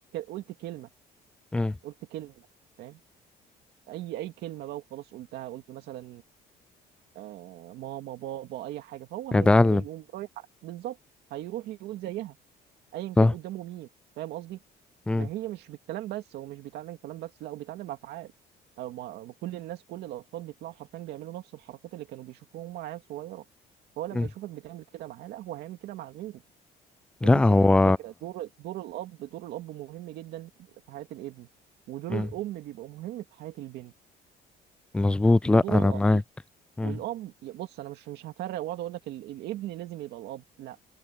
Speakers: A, on the right (about 80°); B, in the centre.
A: قلت كلمه
B: امم
A: قلت كلمه فاهم اي اي كلمه بقى وخلاص قلتها قلت مثلا آه ماما بابا اي حاجه فهو هي
B: اتعلم
A: هيقوم رايح بالظبط هيروح يقول زيها ايا كان
B: صح
A: قدامه مين فاهم قصدي
B: امم
A: فهي مش بالكلام بس هو مش بيتعلم كلام بس لا هو بيتعلم افعال أو ما ما كل الناس كل الاطفال بيطلعوا حرفيا بيعملوا نفس الحركات اللي كانوا بيشوفوها هم عيال صغيره فهو لما
B: امم
A: يشوفك بتعمل كده معاه لا هو هيعمل كده مع غيره
B: لا
A: فدي بتبقى
B: هو
A: الفكره دور دور الاب دور الاب مهم جدا في حياه الابن ودور
B: امم
A: الام بيبقى مهم في حياه البنت
B: مظبوط
A: ودور
B: لا انا
A: الأ...
B: معاك امم
A: والاب بص انا مش مش هفرق واقعد اقول لك ال... الابن لازم يبقى الاب لا